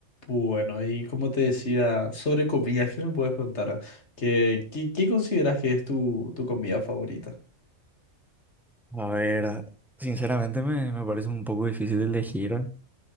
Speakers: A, on the left; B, in the centre.
A: Bueno, y como te decía, sobre comidas, ¿qué me puedes contar? ¿Qué, qué, qué consideras que es tu, tu comida favorita?
B: A ver, sinceramente me, me parece un poco difícil de elegir,